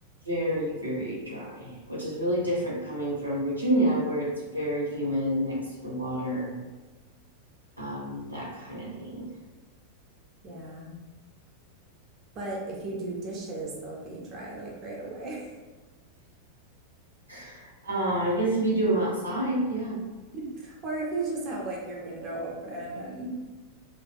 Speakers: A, on the right; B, on the right.
A: very, very dry, which is really different coming from Virginia, where it's very humid next to the water, um, that kind of thing.
B: yeah. But if you do dishes, they'll be dry like right away.
A: <laughs> uh, I guess if you do them outside, yeah.
B: <laughs> Or if you just have like your window open and